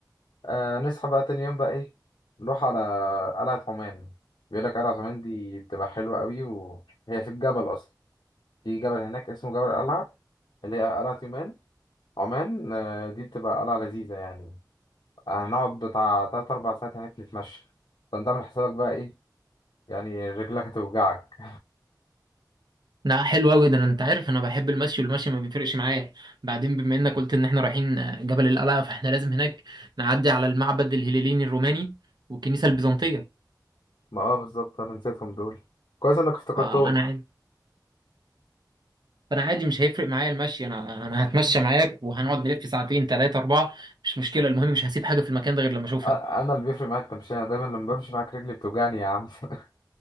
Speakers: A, on the left (about 75°); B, on the right (about 70°).
A: آه نصحى بقى تاني يوم بقى ايه نروح على قلعة عمان بيقول لك قلعة عمان دي بتبقى حلوة قوي وهي في الجبل أصلا في جبل هناك اسمه جبل القلعة اللي هي قلعة يومان عمان آه دي بتبقى قلعة لذيذة يعني هنقعد بتاع تلات أربع ساعات هناك نتمشى فأنت عامل حسابك بقى ايه يعني رجلك هتوجعك
B: لا حلو قوي ده أنا- انت عارف انا بحب المشي والمشي ما بيفرقش معايا بعدين بما انك قلت ان احنا رايحين آه، جبل القلعة فاحنا لازم هناك نعدي على المعبد الهليليني الروماني والكنيسة البيزنطية
A: <laughs> ما اه بالظبط أنا نسيتهم دول كويس إنك افتكرتهم
B: فانا عاد- فانا عادي مش هيفرق معايا المشي انا انا هتمشى معاك وهنقعد نلف ساعتين ثلاثة أربعة مش مشكلة المهم مش هسيب حاجة في المكان ده غير لما اشوفها
A: آه، أنا اللي بيفرق معايا التمشية أنا دايما لما بمشي معاك رجلي بتوجعني يا عم <laughs>